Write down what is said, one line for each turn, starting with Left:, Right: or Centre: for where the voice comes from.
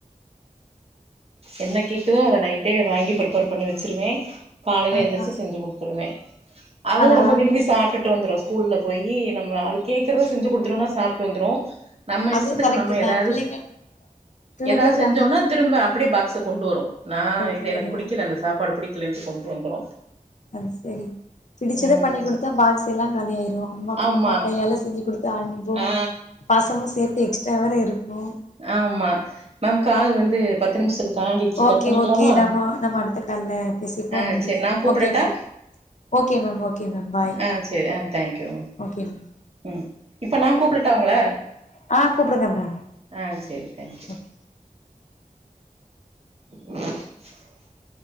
Right: என்ன கேக்குதோ அத நைட்டே வாங்கி ப்ரிப்பேர் பண்ணி வச்சிருவே காலைல
Left: ஆ
Right: எந்திருச்சி செஞ்சு குடுத்துருவே அதும்
Left: ஆனா
Right: ரொம்ப விரும்பி சாப்ட்டு வந்துரு ஸ்கூல்ல போயி நம்ம அது கேட்குறத செஞ்சுகுடுத்துடோன சாப்பிட்டு ட்டு வந்துரு நம்ம
Left: அதுவு
Right: இஷ்டத்துக்கு
Left: கரெக்ட்
Right: நம்ம
Left: தா
Right: ஏதாவது
Left: பிள்ளைங்க பிள்ளைங்களுக்கு
Right: ஏதாவது செஞ்சோனா
Left: நம்ம
Right: திரும்ப அப்டி பாக்ஸ கொண்டு வரு நா
Left: கொண்டு
Right: இது
Left: வரோ
Right: எனக்கு புடிக்கல இந்த சாப்பாடு பிடி புடிக்கலைன்ட்டு கொண்டு வந்துரு
Left: அது சரி பிடிச்சத
Right: ம்
Left: பண்ணி குடுத்தா பாக்ஸ் எல்லா காலியாயிரு அம்மா
Right: ஆமா
Left: அம்மா கையால செஞ்சு குடுத்தா அன்போ
Right: ஆ
Left: பாசமு சேத்து எக்ஸ் டிரா வேற இருக்கு
Right: ஆமா மேம் கால் வந்து பத்து நிமிஷத்துக்கு தாண்டிடுச்சு
Left: ஓகே
Right: கட் பண்ணிக்கலாமா
Left: ஓகே நம்ம நம்ம அடுத்த கால்ல பேசிப்போ
Right: ஆ
Left: நன்றி
Right: சரி நா கூப்டட்டா
Left: ஓகே ma'am okay ma'am okay ma'am bye
Right: ஆ சரி ஆ தேங்க்யு
Left: ஓகே மேம்
Right: ம் இப்ப நா கூப்டட்டா ஒங்கள
Left: ஆ கூப்பிடுங்க மேம்
Right: ஆ சரி தேங்க்யூ
Left: ஓகே
Right: <inaudible>